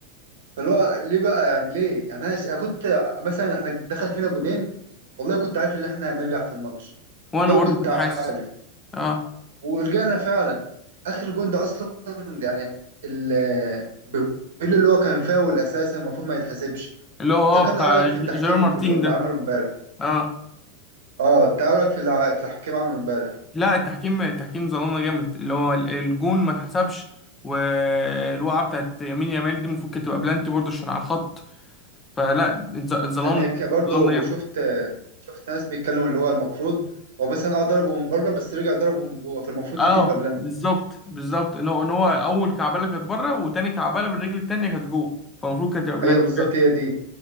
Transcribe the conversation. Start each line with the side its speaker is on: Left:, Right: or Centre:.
Right: فاللي هو ليه بقى يعني ليه يعني انا ش- انا كنت مثلا احنا دخل فينا جونين والله كنت عارف ان احنا هنرجع في الماتش
Left: وانا
Right: والله
Left: برضو
Right: كنت
Left: كنت
Right: عارف
Left: حاسس اه
Right: ورجعنا فعلا اخر جون ده اصلا يعني ال بيقول اللي هو كان فاول اساسا المفروض ما يتحسبش
Left: اللي هو اه
Right: انت كان
Left: بتاع
Right: ايه رايك
Left: ج-
Right: في التحكيم
Left: جيرار مارتين
Right: في اللي
Left: ده
Right: عمله امبارح
Left: اه
Right: اه تعرف في الع- اللي حكيت معاه من امبارح
Left: لا التحكيم التحكيم ظلمنا جامد اللي هو ال- الجون ما اتحسبش والوقعه بتاعت يمين يامال دي المفروض كانت تبقى بلانتي برضو عشان على الخط فلا اتظ- اتظلمنا
Right: انا ك- برضه
Left: اتظلمنا جامد
Right: شفت شفت ناس بيتكلموا اللي هو المفروض هو مثلا اه ضربه من بره بس رجع ضربه من جوه فالمفروض
Left: اه
Right: دي تبقى بلانتي
Left: بالظبط بالظبط ان هو ان هو اول كعبله كانت بره وتاني كعبله بالرجل التانيه كانت جوه فالمفروض كانت تبقى بلانتي
Right: ايوه بالظبط هي دي